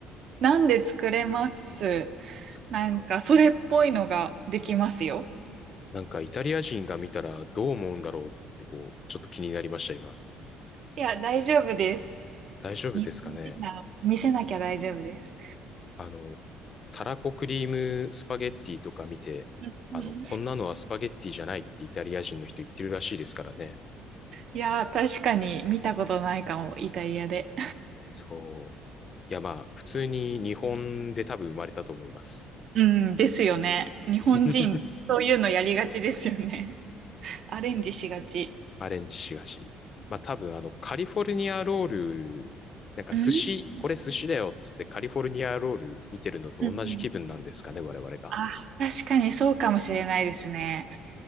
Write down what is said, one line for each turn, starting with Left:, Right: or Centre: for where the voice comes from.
Right: なんで作れます。
Left: そっか。
Right: なんか、それっぽいのができますよ。
Left: なんかイタリア人が見たらどう思うんだろうってこう、ちょっと気になりました、今。
Right: いや、大丈夫です。
Left: 大丈夫ですかね
Right: 日本人なの、見せなきゃ大丈夫です。
Left: あの、たらこクリームスパゲッティとか見て、
Right: うんうん
Left: あの、こんなのはスパゲッティじゃないってイタリア人の人言ってるらしいですからね。
Right: いやー、確かに見たことないかも、イタリアで。
Left: そう。いや、まあ、普通に日本で多分生まれたと思います。
Right: うん、ですよね。日本人、
Left: <laughs>
Right: そういうのやりがちですよね。<laughs> アレンジしがち。
Left: アレンジしがし。まあ、多分あの、カリフォルニアロール、なんか寿司、
Right: うん、
Left: これ寿司だよっつってカリフォルニアロール見てるのと同じ気分なんですかね、
Right: うんうん
Left: 我々が。
Right: あ、確かにそうかもしれないですね。